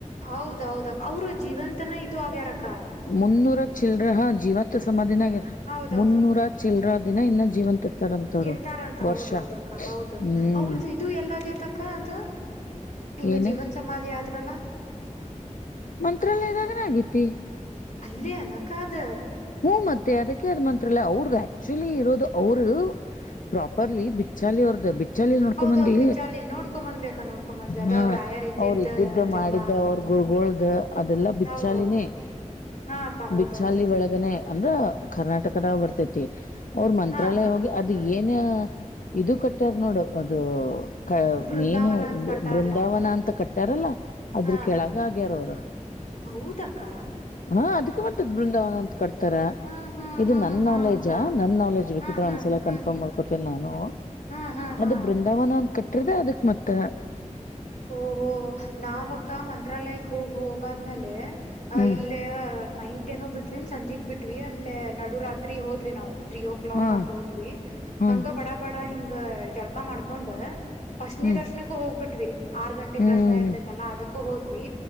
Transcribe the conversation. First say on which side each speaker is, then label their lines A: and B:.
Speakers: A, on the left (about 65°); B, on the left (about 85°).
A: ಹೌದೌದ ಅವ್ರ ಜೀವಂತನ ಇದು ಆಗ್ಯಾರಕ್ಕ
B: ಮುನ್ನೂರ ಚಲ್ರ ಹಾ ಜೀವಂತ ಸಮಧಿನ ಆಗ
A: ಹೌದೌದು
B: ಮುನ್ನೂರ ಚಲ್ರ ದಿನ ಇನ್ನು ಜೀವಂತ ಇರ್ತಾರಂತವ್ರು
A: ಇರ್ತಾರಂತ
B: ವರ್ಷ
A: ಹೌದೌದ ಅಕ್ಕ ಹೌದು
B: ಹ್ಮ್
A: ಅವ್ರ್ದ ಇದು ಎಲ್ಲಾಗೈತಕ್ಕ ಅದು ಹಂಗ
B: ಏನ
A: ಜೀವನ್ ಸಮಾಧಿ ಯ್ರಲ್ಲ
B: ಮಂತ್ರಾಲಯದ ಕ ಗತಿ
A: ಅಲ್ಲಿ ಅನಕಾದ
B: ಹ್ಮ್ ಮತ್ತೆ ಅದಕ್ಕೆ ಅದ್ ಮಾಂತ್ರ ಅಲ್ಲ ಅವ್ರದ ಆಕ್ಚುಲಿ ಇರೋದು ಅವ್ರ ಪ್ರಾಪರ್ಲಿ ಬಿಚ್ಚಾಲಿ ಅವ್ರ್ದ ಬಿ ಚಳ ನೋಡ್ಕೊ
A: ಹೌದೌದ್
B: ಬಂದಿ
A: ಬಿಚಾಲಿ ನೋಡ್ಕೊ ಬಂದ್ಬೇಕಾ ನೋಡ್ಕೊ ಬಂದ್ವಿ ಅದ
B: ಹಾ
A: ಅವ್ರ ರಾಯರ್
B: ಅವರು ಇದ್ದಿದ್ದ
A: ಜಗ
B: ಮಾಡಿದ್ದ ಅವ್ರಗು ಕುರ್ಗೊಳ್ದ ಅದೆಲ್ಲಾ ಬಿಚ್ಚಾಲಿನೇ
A: ಹೌದೌದು ಹಾ ಅಕ್ಕ ಹೌದೌದು
B: ಬಿಚ್ಚಾಲಿ ಒಳಗನೆ ಅಂದ್ರ ಕರ್ನಾಟಕದ ಬರ್ತೈತಿ ಅವ್ರ ಮಂತ್ರಾಲಯ
A: ಹಾ ಹಾ
B: ಹಿ ಅದ ಏನ ಇದು ಕಟ್ಟ್ಯಾರ ನೋಡು ಅದು ಕ
A: ಬೃಂದಾವನ
B: ಮೇನು
A: ಅಂತ ಕಟ್ಟಾರಲ್ಲ
B: ಬೃಂದಾವನ ಅಂತ ಕಟ್ಟಾರಲ್ಲ ಅದ್ರ
A: ಹಾ
B: ಕೆಳಗ ಆಗ್ಯಾರ ಅವ್ರ
A: ಹೌದಕ್ಕ
B: ಹ ಅದಕ್ಕೆ ಮತ್ತದ್ ಬೃಂದಾವನ ಅಂತ ತ್ತರ
A: ಹಾ ಹಾ
B: ಇದು
A: ಹಾ
B: ನನ್
A: ಹಾ
B: ನಾಲೆಡ್ಜ್
A: ಅಕ್ಕ
B: ನನ್ ನಾಲೆಡ್ಜ್ ಬೇಕಿದ್ರೆ
A: ಹಾ ಹಾ
B: ಒಂದ್ಸಲ
A: ಹಾ
B: ಕನ್ಫರ್ಮ್ ಮಾಡ್ಕೋತೇನಿ ನಾನು
A: ಹಾ ಹಾ
B: ಅದು
A: ಹಾ
B: ಬೃಂದಾವನ ಅಂತ ಕಟ್ಟ್ರದ ಅದಕ್ ಮತ್ತ
A: ಓಹೋ ನಾವಕ್ಕ ಮಂತ್ರಾಲಯಕ್ ಹೋಗ ಹೋಗಾದ್ಮೇಲೆ ಅ
B: ಹ್ಮ್
A: ಇಲ್ಲೇ ನೈಟ್ ಏನೋ ಬಿಟ್ವಿನ್ ಸಂಜೆಗ್ ಬಿಟ್ವಿ ಅಲ್ಲೇ ನಡುರಾತ್ರಿ ಹೋದ್ವಿ ನಾವು ತ್ರೀ ಓ ಕ್ಲಾಕ್
B: ಹಾ
A: ಹಂಗ ಹೋದ್ವಿ
B: ಹಾ
A: ಹಂಗ ಬಡ ಬಡ ಹಿಂಗ ಜಳ್ಕಾ ಮಾಡ್ಕೊಂಡ ಫಸ್ಟ್
B: ಹ್ಮ್
A: ದರ್ಶನಕ್ಕೂ ಹೋಗ್ಬಿಟ್್ವಿ ಆರ್ ಗಂಟೆೆಗೆ
B: ಹ್ಮ್
A: ದರ್ಶನ ಇರ್ತೈತಲ್ಲಾ ಅದಕ್ಕ ಹೋದ್ವಿ